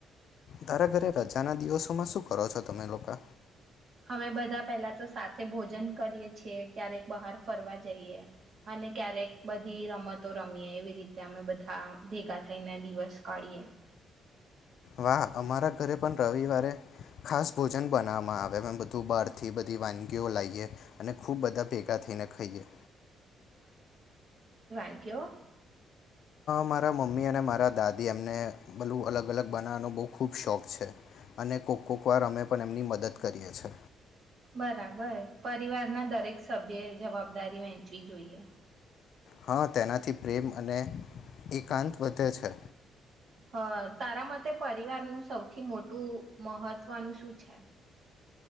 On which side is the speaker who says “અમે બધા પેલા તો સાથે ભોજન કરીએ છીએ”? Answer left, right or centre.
Right